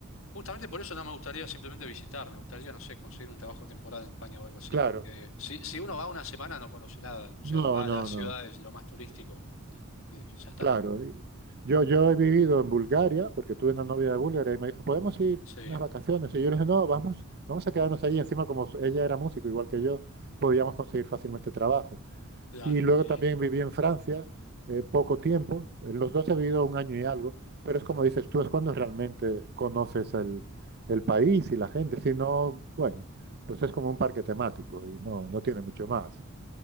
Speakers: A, on the left; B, on the right.
A: Justamente por eso no me gustaría simplemente visitar, me gustaría, no sé, conseguir un trabajo temporal en España o algo así,
B: Claro.
A: porque si, si uno va una semana no conoce nada, o sea,
B: No,
A: va
B: no,
A: a las
B: no.
A: ciudades, lo más turístico y, y- y ya está.
B: Claro. Y Yo, yo he vivido en Bulgaria, porque tuve una novia de Bulgaria y me dijo, ¿podemos ir
A: Sí,
B: unas vacaciones? Y yo le dije, no, vamos, vamos a quedarnos allí. Encima, como ella era músico, igual que yo, podíamos conseguir fácilmente trabajo.
A: claro.
B: Y luego
A: Y,
B: también
A: eh,
B: viví en Francia eh, poco tiempo. En los dos he vivido un año y algo. Pero es como dices tú, es cuando realmente conoces el, el país y la gente. Si no, bueno, pues es como un parque temático y no, no tiene mucho más.